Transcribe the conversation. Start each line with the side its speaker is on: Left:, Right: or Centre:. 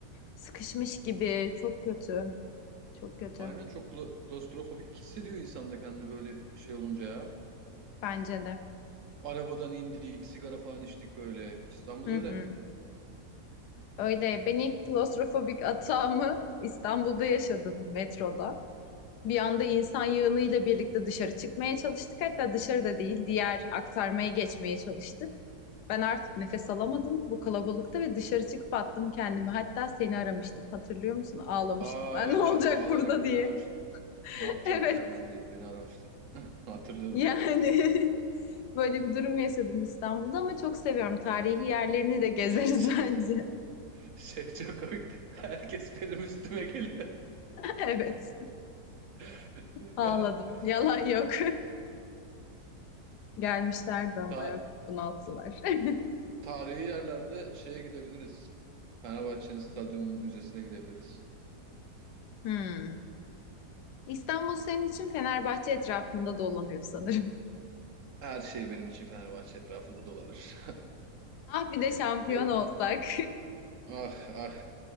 Left: Sıkışmış gibi. Çok kötü. Çok kötü.
Right: Aynen çok kla- klostrofobik hissediyor insan da kendini böyle şey olunca ya.
Left: Bence de.
Right: Arabadan indik, sigara falan içtik böyle. İstanbul
Left: Hı
Right: öyle.
Left: hı. Öyle. Ben ilk klostrofobik atağımı İstanbul'da yaşadım metroda. Bir anda insan yığınıyla birlikte dışarı çıkmaya çalıştık. Hatta dışarıda değil, diğer aktarmaya geçmeye çalıştık. Ben artık nefes alamadım bu kalabalıkta ve dışarı çıkıp attım kendimi. Hatta seni aramıştım. Hatırlıyor musun? Ağlamıştım
Right: Aa
Left: ben.
Right: evet
Left: <laughs> Ne olacak
Right: evet ağlayarak
Left: burada diye.
Right: beni aramış.
Left: <laughs>
Right: Ne yapacağım
Left: Evet.
Right: Kaya ben diye beni aramıştın. <laughs> Hatırlıyorum
Left: Yani
Right: ya.
Left: <laughs> böyle bir durum yaşadım İstanbul'da ama çok seviyorum. Tarihi yerlerini de gezeriz
Right: Şey,
Left: <laughs> bence.
Right: şey çok komikti. Herkes benim üstüme geliyor.
Left: Evet,
Right: <laughs>
Left: ağladım. Yalan yok. <laughs> Gelmişlerdi ama
Right: Ta-
Left: ya çok bunalttılar. <laughs>
Right: tarihi yerlerde şeye gidebiliriz. Fenerbahçe'nin stadyumunun müzesine gidebiliriz.
Left: Hmm. İstanbul senin için Fenerbahçe etrafında dolanıyor sanırım.
Right: Her şey benim için Fenerbahçe etrafında dolanır.
Left: <laughs> Ah bir de şampiyon
Right: <laughs> Yok.
Left: olsak.
Right: Ah ah.